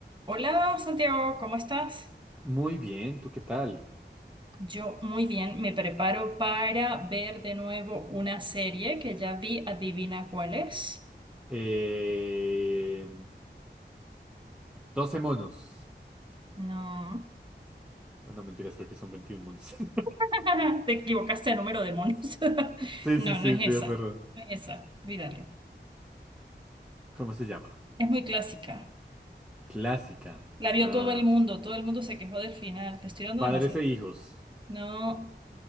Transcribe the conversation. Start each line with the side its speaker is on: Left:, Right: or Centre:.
Right: Hola Santiago, ¿cómo estás?
Centre: Muy bien, ¿tú qué tal?
Right: Yo muy bien, me preparo para ver de nuevo una serie que ya vi, adivina cuál es.
Centre: Eh, 12 monos.
Right: No,
Centre: Ah, No, mentiras, creo que son 21 monos. <laughs>
Right: <laughs> te equivocaste de número de monos. <laughs>
Centre: Sí,
Right: No,
Centre: sí, sí,
Right: no es
Centre: pido
Right: esa,
Centre: perdón.
Right: no es esa, olvídalo.
Centre: ¿Cómo se llama?
Right: Es muy clásica.
Centre: Clásica.
Right: La vio
Centre: Ah,
Right: todo el mundo, todo el mundo se quejó del final, te estoy dando
Centre: padres
Right: demasiado.
Centre: e hijos.
Right: No,